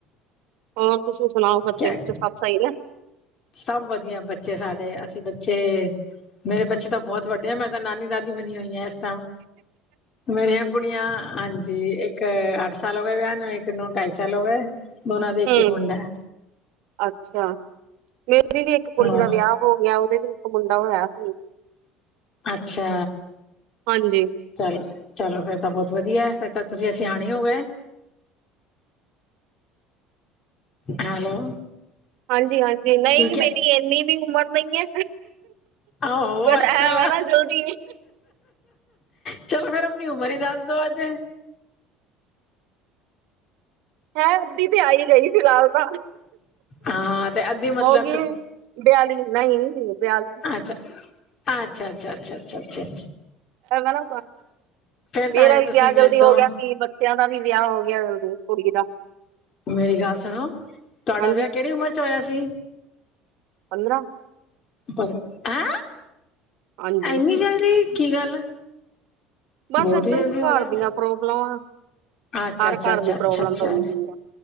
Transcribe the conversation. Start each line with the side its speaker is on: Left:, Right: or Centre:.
Right: ਹੋਰ ਤੁਸੀਂ ਸੁਣਾਓ ਬੱਚੇ
Left: ਕਿਆ
Right: ਖੱਚੇ ਸੱਤ ਸਹੀਐ
Left: ਸਭ ਵਧੀਆ ਬੱਚੇ ਸਾਡੇ ਅਸੀਂ ਬੱਚੇ ਮੇਰੇ ਬੱਚੇ ਤਾਂ ਬਹੁਤ ਵੱਡੇ ਆ ਮੈਂ ਤਾਂ ਨਾਨੀ ਦਾਦੀ ਬਣੀ ਹੋਈ ਹੈ ਇਸ ਮੇਰੀਆਂ ਕੁੜੀਆਂ ਹਾਂ ਜੀ ਇੱਕ ਅੱਠ ਸਾਲ ਹੋ ਗਏ ਵਿਆਹ ਨੂੰ ਇੱਕ ਨੂੰ ਢਾਈ ਸਾਲ ਹੋ ਗਏ ਦੋਨਾਂ ਦਾ ਇੱਕ-ਇੱਕ
Right: ਹੂੰ
Left: ਮੁੰਡਾ ਹੈ
Right: ਅੱਛਾ ਮੇਰੀ ਵੀ ਇੱਕ ਕੁੜੀ
Left: ਹਾਂ
Right: ਦਾ ਵਿਆਹ ਹੋ ਗਿਆ ਉਹਦੇ ਵੀ ਇੱਕ ਮੁੰਡਾ ਹੋਇਆ ਸੀ
Left: ਅੱਛਾ
Right: ਹਾਂਜੀ
Left: ਚੱਲ ਚਲੋ ਫੇਰ ਤਾਂ ਬਹੁਤ ਵਧੀਆ ਫੇਰ ਤਾਂ ਤੁਸੀਂ ਅਸੀਂ ਆਣੇ ਹੋ ਗਏ ਹੈਲੋ
Right: ਹਾਂਜੀ-ਹਾਂਜੀ ਨਹੀਂ
Left: ਠੀਕ
Right: ਮੇਰੀ
Left: ਹੈ
Right: ਇੰਨੀ ਵੀ ਉਮਰ ਨਹੀਂ ਹੈ
Left: ਆਹ ਹੋ
Right: ਪਰ
Left: ਅੱਛਾ
Right: ਐ ਵਾ ਨਾ ਜਲਦੀ ਵੀ
Left: ਚਲੋ ਫੇਰ ਆਪਣੀ ਉਮਰ ਹੀ ਦੱਸ ਦੋ ਅੱਜ
Right: ਹੈ ਅੱਧੀ ਤੇ ਆਈ ਗਈ ਫਿਲਹਾਲ ਤਾਂ
Left: ਹਾਂ ਤੇ ਅੱਧੀ ਮਤਲਬ
Right: ਹੋ ਗਈ ਬਿਆਲੀ ਨਹੀਂ ਬਿਆਲੀ
Left: ਅੱਛਾ-ਅੱਛਾ ਅੱਛਾ-ਅੱਛਾ ਅੱਛ ਅੱ ਅ
Right: ਮੈਂ ਨਾ ਮੇਰਾ
Left: ਤਾਂ ਹਜੇ
Right: ਵੀ
Left: ਤੁਸੀਂ
Right: ਵਿਆਹ
Left: ਮੇਰੇ
Right: ਜਲਦੀ
Left: ਤੋਂ
Right: ਹੋ ਗਿਆ ਸੀ ਬੱਚਿਆਂ ਦਾ ਵੀ ਵਿਆਹ ਹੋ ਗਿਆ ਜ ਕੁੜੀ ਦਾ
Left: ਮੇਰੀ ਗੱਲ ਸੁਣੋ ਤੁਹਾਡਾ
Right: ਹਾਂਜੀ
Left: ਵਿਆਹ ਕਿਹੜੀ ਉਮਰ ਚ ਹੋਇਆ ਸੀ
Right: ਪੰਦਰਾਂ
Left: ਪਰ ਹੈਂ
Right: ਹਾਂਜੀ
Left: ਇਏਨੀ ਜਲਦੀ ਕੀ ਗੱਲ
Right: ਬਸ
Left: ਬਹੁਤ
Right: ਏਦਾਂ
Left: ਜਲਦੀ
Right: ਹੀ
Left: ਹੋ
Right: ਘਰ
Left: ਗਿਆ
Right: ਦੀਆਂ ਪ੍ਰੋਬਲਮਾਂ
Left: ਅੱਛਾ
Right: ਹਰ
Left: ਅੱਛਾ
Right: ਘਰ
Left: ਅੱਛਾ
Right: ਦੀ ਪ੍ਰੋਬਲਮ
Left: ਅੱਛਾ ਅੱਛਾ
Right: ਤਾਂ ਹੁੰਦੀ ਆ